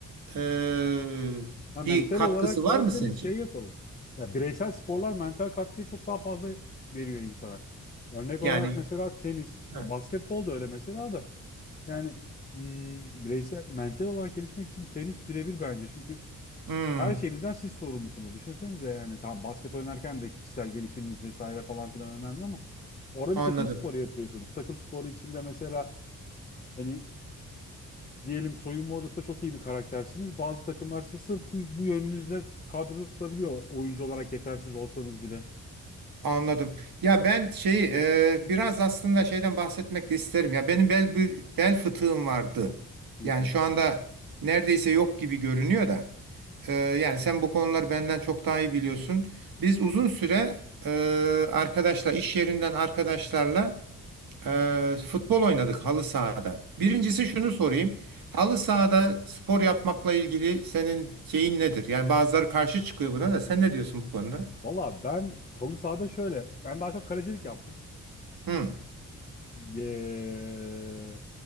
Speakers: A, on the right; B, on the left.
A: eee,
B: Ha,
A: bir
B: mental
A: katkısı
B: olarak
A: var
B: derseniz
A: mı senin için?
B: şey yapalım. Ya bireysel sporlar mental katkıyı çok daha fazla veriyor insana. Örnek
A: Yani
B: olarak mesela tenis,
A: ha,
B: basketbol da öyle mesela da. Yani hmm, bireysel, mental olarak gelişmek için tenis birebir bence. Çünkü
A: hmm,
B: her şeyinizden siz sorumlusunuz. Düşünsenize yani tamam basket oynarken de kişisel gelişiminiz vesaire falan filan önemli ama orada
A: anladım.
B: bir takım sporu yapıyorsunuz. Takım sporu içinde mesela hani diyelim soyunma odasında çok iyi bir karaktersiniz. Bazı takımlar sizi sırf bu, bu yönünüzle kadroda tutabiliyor. Oyuncu olarak yetersiz olsanız bile.
A: Anladım. Ya ben şey e, biraz aslında şeyden bahsetmek de isterim. Ya benim bel bel fıtığım vardı.
B: Hı
A: Yani
B: hı.
A: şu anda neredeyse yok gibi görünüyor da. E, yani sen bu konuları benden çok daha iyi biliyorsun. Biz uzun süre e, arkadaşlar iş yerinden arkadaşlarla e, futbol oynadık halı sahada. Birincisi
B: Hmm.
A: şunu sorayım. Halı sahada spor yapmakla ilgili senin şeyin nedir? Yani bazıları karşı çıkıyor buna da. Sen ne diyorsun bu konuda?
B: Valla ben halı sahada şöyle. Ben daha çok kalecilik yaptım.
A: Hı.
B: Eee,